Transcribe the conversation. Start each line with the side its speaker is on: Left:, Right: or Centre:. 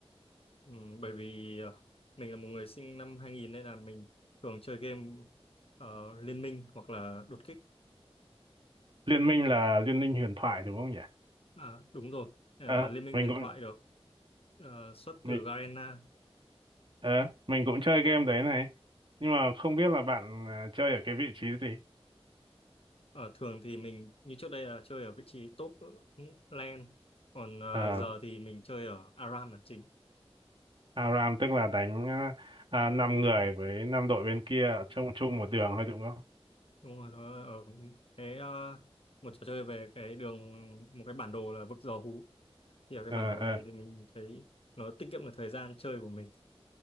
Left: Ừ, bởi vì ờ, mình là một người sinh năm 2000 nên là mình thường chơi game ờ, Liên Minh hoặc là Đột Kích.
Right: Liên minh là Liên minh huyền thoại đúng không nhỉ?
Left: À, đúng rồi, ờ,
Right: Ờ,
Left: Liên Minh
Right: mình
Left: huyền
Right: cũng
Left: thoại được ờ, xuất
Right: mình
Left: từ Garena.
Right: ờ, mình cũng chơi game đấy này, nhưng mà không biết là bạn à, chơi ở cái vị trí gì?
Left: Ờ, thường thì mình như trước đây là chơi ở vị trí top lane, còn ờ,
Right: Ờ,
Left: giờ thì mình chơi ở ARAM là chính.
Right: ARAM tức là đánh à, 5 người với 5 đội bên kia chung chung một đường thôi đúng không?
Left: Đúng rồi, nó ở cái ờ, một trò chơi về cái đường một cái bản đồ là vực dò hú thì ở cái
Right: Ờ,
Left: bản đồ
Right: ờ,
Left: này thì mình thấy nó tiết kiệm được thời gian chơi của mình